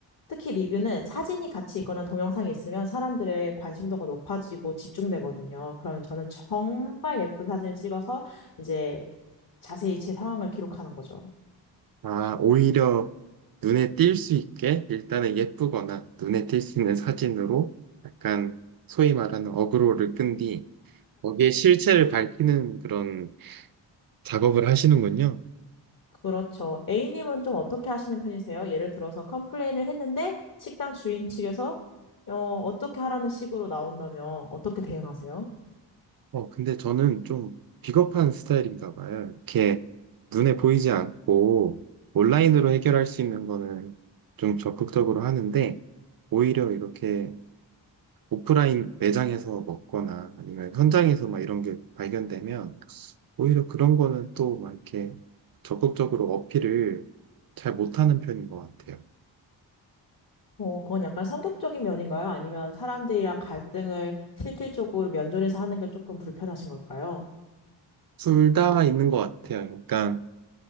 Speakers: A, on the left (about 45°); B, on the right (about 50°).
A: 특히 리뷰는 사진이 같이 있거나 동영상이 있으면 사람들의 관심도가 높아지고 집중되거든요. 그러면 저는 정말 예쁜 사진을 찍어서 이제 자세히 제 상황을 기록하는 거죠.
B: 아, 오히려 눈에 띌 수 있게 일단은 예쁘거나 눈에 띌 수 있는 사진으로 약간 소위 말하는 어그로를 끈 뒤 거기에 실체를 밝히는 그런 작업을 하시는군요.
A: 그렇죠. A님은 좀 어떻게 하시는 편이세요? 예를 들어서 컴플레인을 했는데 식당 주인 측에서 어, 어떻게 하라는 식으로 나온다면 어떻게 대응하세요?
B: 어, 근데 저는 좀 비겁한 스타일인가 봐요. 이렇게 눈에 보이지 않고 온라인으로 해결할 수 있는 거는 좀 적극적으로 하는데 오히려 이렇게 오프라인 매장에서 먹거나 아니면 현장에서 막 이런 게 발견되면 오히려 그런 거는 또 막 이렇게 적극적으로 어필을 잘 못하는 편인 것 같아요.
A: 어, 그건 약간 성격적인 면인가요? 아니면 사람들이랑 갈등을 실질적으로 면전에서 하는 게 조금 불편하신 걸까요?
B: 둘 다 있는 것 같아요. 그러니까